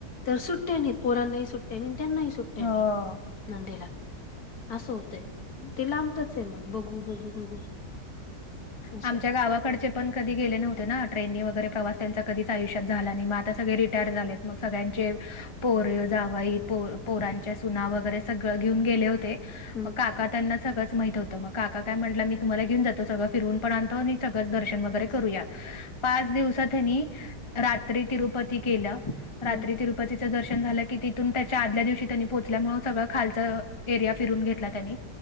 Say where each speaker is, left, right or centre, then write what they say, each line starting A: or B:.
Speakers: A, on the left; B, on the left.
A: तर सुट्ट्या नाहीत पोरांनाही सुट्ट्या नाही त्यांनाही सुट्टय़ा
B: हो.
A: सुट्ट्या नाही. नंदेला असं होतंय ते लांबतच आहे मग बघू बघू बघू असं
B: आमच्या गावाकडच्या पण कधी गेले नव्हते ना ट्रेननी वगैरे प्रवास त्यांच्या कधीच आयुष्या झाला नाही मग आता सगळे रिटायर झाले. मग सगळ्यांचे पोर जावई पो पोरांचे सुना वगैरे सगळं घेऊन गेले होते.
A: हम्म
B: मग काका त्यांना सगळच माहित होतं मग काका काय म्हटलं मी तुम्हाला घेऊन जात त सगळ फिरवून पण आणतो आणि सगळंच दर्श वगर करूया. पाच दिवसात त्यांनी रात्री तिरुपती केलं.
A: हम्म
B: रात्री तिरुपतीचं दर्शन झालं. कि तिथून त्याच्या आदल्या दिवशी त्यांनी पोहोचल्यामुळ सगळं खालचा एरिया फिरून घेतला त्यांनी